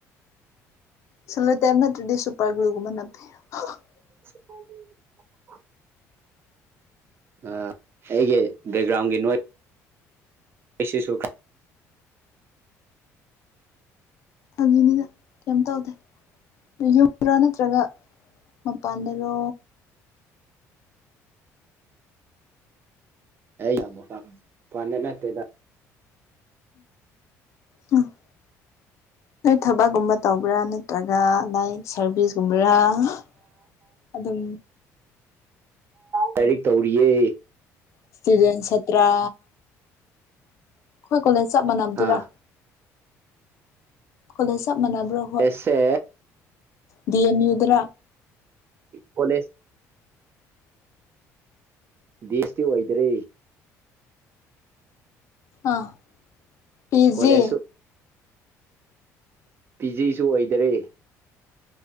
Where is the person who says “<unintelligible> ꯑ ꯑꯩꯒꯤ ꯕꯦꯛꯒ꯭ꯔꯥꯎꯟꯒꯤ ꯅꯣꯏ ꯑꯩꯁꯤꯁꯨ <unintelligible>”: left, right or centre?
Right